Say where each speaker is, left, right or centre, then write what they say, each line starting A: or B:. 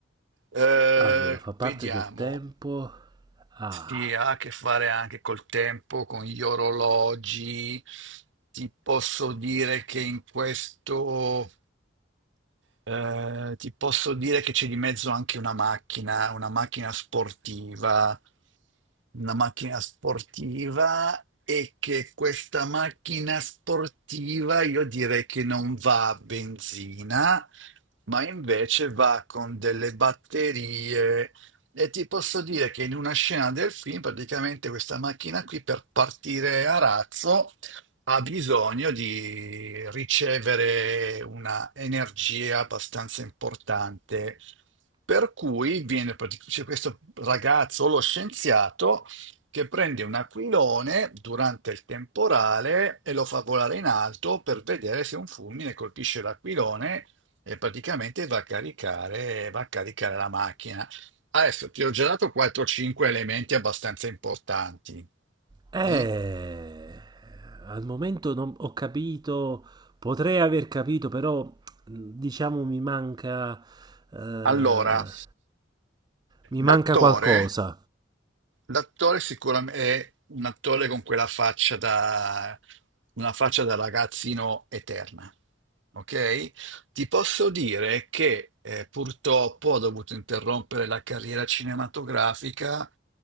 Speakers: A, on the right (about 80°); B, on the right (about 20°).
A: Eh,
B: Allora, fa parte
A: vediamo,
B: del tempo. Ah.
A: si ha a che fare anche col tempo, con gli orologi. Ti posso dire che in questo. Eh, ti posso dire che c'è di mezzo anche una macchina, una macchina sportiva, una macchina sportiva e che questa macchina sportiva io direi che non va a benzina, ma invece va con delle batterie. E ti posso dire che in una scena del film, praticamente questa macchina qui per partire a razzo ha bisogno di ricevere una energia abbastanza importante. Per cui viene pratic- c'è questo ragazzo, lo scienziato, che prende un aquilone durante il temporale e lo fa volare in alto per vedere se un fulmine colpisce l'aquilone e praticamente va a caricare, va a caricare la macchina. Adesso ti ho già dato 4-5 elementi abbastanza importanti.
B: Eh,
A: Mm?
B: al momento non ho capito, potrei aver capito, però mh, diciamo mi manca, eh,
A: Allora,
B: mi manca
A: l'attore
B: qualcosa.
A: L'attore sicuramente è un attore con quella faccia da, una faccia da ragazzino eterna, ok? Ti posso dire che eh, purtroppo ho dovuto interrompere la carriera cinematografica